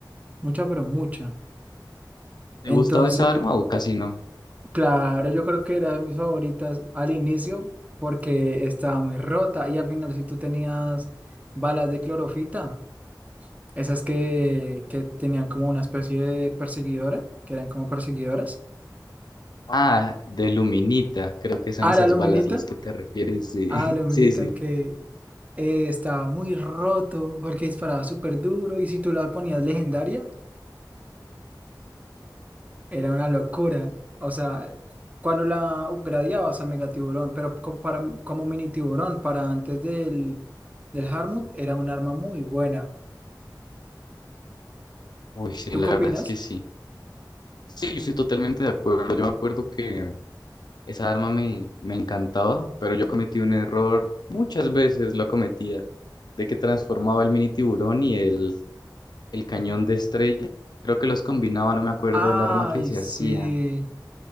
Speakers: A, on the right; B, on the left.
A: mucha, pero mucha.
B: ¿Te
A: Entonces,
B: gustaba esa arma o casi no?
A: Claro, yo creo que era de mis favoritas al inicio porque estaba muy rota y al final si tú tenías balas de clorofita, esas que, que tenían como una especie de perseguidora, que eran como perseguidoras.
B: Ah, de luminita, creo que son
A: Ah,
B: esas
A: la luminita,
B: balas las que te refieres, sí,
A: ah, luminita
B: <laughs> sí, sí.
A: que eh, estaba muy roto porque disparaba súper duro y si tú la ponías legendaria, Era una locura. O sea, cuando la upgradeabas a Mega Tiburón, pero co- para, como mini tiburón, para antes del, del Harmut, era un arma muy buena.
B: Uy, sí,
A: ¿Tú
B: la
A: qué
B: verdad
A: opinas?
B: es que sí. Sí, yo estoy totalmente de acuerdo. Yo me acuerdo que esa arma me, me encantaba, pero yo cometí un error, muchas veces lo cometía, de que transformaba el mini tiburón y el, el cañón de estrella. Creo que los combinaba, no me acuerdo
A: Ay,
B: del arma que se
A: sí.
B: hacía.